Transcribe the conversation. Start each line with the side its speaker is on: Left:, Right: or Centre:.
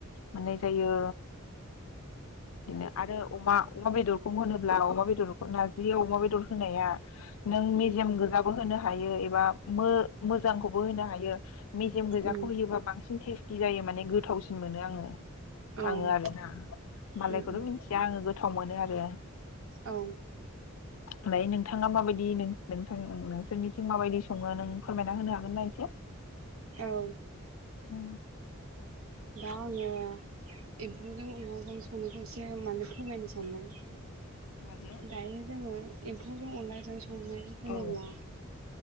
Left: माने जायो बिदिनो आरो अमा अमा बेदरखौ होनोब्ला अमा बेदरखौ नारजि अमा बेदर होनाया नों
Right: उम
Left: मेजियाम गोजाबो होनो हायो एबा मो मोजांखौबो होनो हायो मेजेम गोजाखौ
Right: उम
Left: होयोबा बांसिन टेस्टि जायो माने गोथावसिन मोनो आङो
Right: औ उम
Left: आङो आरोना मालायखौथ
Right: उम
Left: मिथियां गोथाव मोनो आरो
Right: औ
Left: ओमफ्राय नोंथाङा माबायदि नोंथां नोंसोरनिथिं माबायदि सङो नों फोरमायना होनो हागोनना इसे
Right: औ
Left: उ
Right: दा आङो एम्फौजों अनलाजों संनायखौ एसे माने फोरमायनो सानबाय
Left: माजों
Right: दायो जोङो एम्फौ जों अनलाजों संनाय होनोब्ला
Left: औ